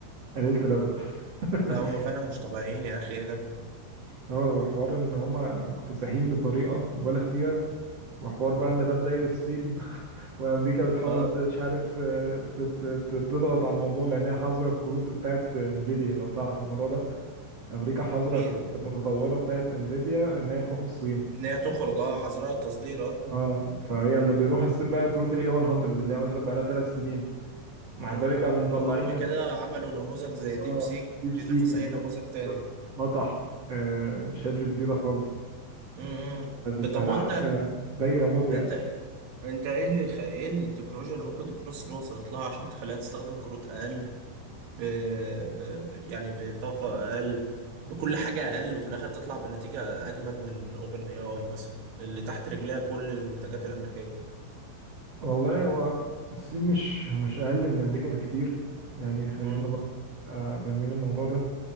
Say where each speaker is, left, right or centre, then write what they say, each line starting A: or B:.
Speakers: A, on the right (about 40°); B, on the right (about 70°).
A: قليله الادب <laughs>
B: لا هما فعلا مش طبيعيين يا اخي ايه ده
A: اه هو حوار ان هما مكتسحين بطريقه مبالغ فيها وحوار
B: مم.
A: بقى ان ده مضايق الصين <laughs> وامريكا بتحاول
B: اه
A: ت- مش عارف آه، ت- ت- ت- تضغط على الموضوع لانها حظر الكروت بتاعت انفيديا لو تعرف الموضوع ده امريكا حظر
B: مين
A: الكروت المتطوره بتاعت انفيديا ان هي تروح الصين
B: ان هي تخرج اه حظرها التصدير اه
A: اه فهي اللي بيروح الصين بقى كروت الاي 100 اللي هي مثلا بقى لها ثلاث سنين مع
B: مم.
A: ذلك قاموا مطلعين
B: ورغم
A: ال-
B: كده عملوا نموذج زي ديب
A: اه
B: سيك
A: ديب سيك
B: بينافس
A: اللي
B: اي نموذج
A: هو
B: تاني
A: نطح آه شات جي بي تي ده خالص
B: مم.
A: فالعركه
B: طب وانت
A: دايره موت يعني
B: انت انت ايه اللي خ... ايه التكنولوجيا اللي ممكن تكون الصين وصلت لها عشان تخليها تستخدم كروت اقل ب... ب... ب... يعني بطاقة اقل بكل حاجة اقل وفي الاخر تطلع بنتيجة اجمد من اوبن اي اي مثلا اللي تحت رجليها كل المنتجات الامريكية
A: والله هو الصين مش مش اقل من امريكا بكتير يعني خلينا
B: مم.
A: بقى آه، فاهمين الموضوع ده